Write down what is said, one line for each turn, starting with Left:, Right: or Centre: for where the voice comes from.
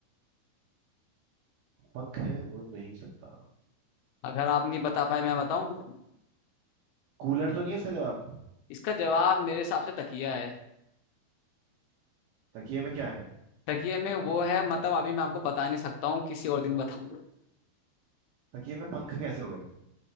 Right: पंख है उड़ नहीं सकता
Left: अगर आप नहीं बता पाए मैं बताऊं
Right: कूलर तो नहीं है इसका जवाब
Left: इसका जवाब मेरे हिसाब से तकिया है
Right: तकिए में क्या है
Left: तकिए में वो है मतलब अभी मैं आपको बता नहीं सकता हूँ किसी और दिन बताऊं
Right: तकिए में पंख कैसे हुए